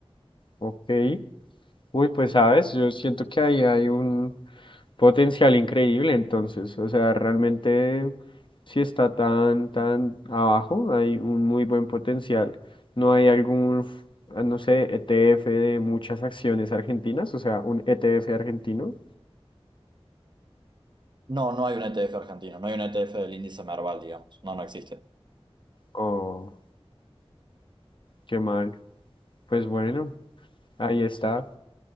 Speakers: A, on the left (about 50°); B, on the right (about 45°).
A: Ok. Uy, pues sabes, yo siento que ahí hay un potencial increíble entonces. O sea, realmente si está tan, tan abajo, hay un muy buen potencial. No hay algún, ah, no sé, ETF de muchas acciones argentinas, o sea, un ETF argentino.
B: No, no hay un ETF argentino, no hay un ETF del índice Merval, digamos. No, no existe.
A: Oh, qué mal. Pues bueno, ahí está.